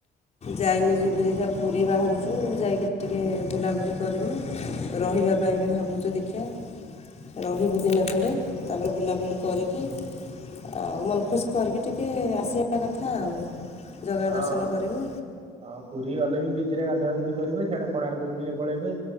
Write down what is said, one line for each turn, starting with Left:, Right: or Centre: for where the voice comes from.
Left: ଯାଇନି ଯିବ ଦେଖିବା ପୁରୀ ବାହାରୁଛୁ ଯାଇକି ଟିକେ ବୁଲାବୁଲି କରି ମୁଁ। ରହିବା ପାଇଁ ବି ଭାବୁଚୁ ଦେଖିଆ। ରହିବୁ ଦିନେ ଖଣ୍ଡେ ତାପରେ ବୁଲାବୁଲି କରିକି ଆଉ ମନ ଖୁସ୍ କରିକି ଟିକେ ଆସିବା କଥା ଆଉ। ଜଗା ଦର୍ଶନ
Right: ଆଁ ଓ
Left: କରିବୁ
Right: ହଁ ପୁରୀ ଗଲେ ବି ବିଚ୍ ରେ ଗାଧା ଗୁଧି କରିବେ ସେଆଡେ କୋଣାର୍କ ବି ଟିକେ ପଳେଇବେ